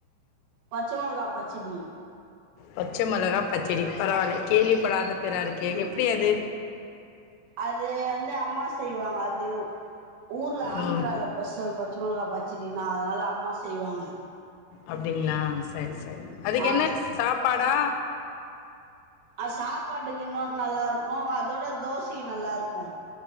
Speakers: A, on the right; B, on the left.
A: பச்ச மொளகா பச்சடி
B: பச்ச மெளகா பச்சடி பரவால்ல கேள்விப்படாத பேறா இருக்கே எப்டி அது
A: அது வந்து அம்மா செய்வாங்க அது ஊர்ல ஆந்திரல
B: ம்
A: பெசல் பச்ச மொளகா பச் பச்சடி அதனால அம்மா செய்வாங்க
B: அப்டீங்ளா சரி சரி அதுக்கு
A: ஆ
B: என்ன சாப்பாடா
A: அ சாப்பாட்டுக்கு இன்னு நல்லா இருக்கு அதோட தோசைக்கு நல்லா இருக்கு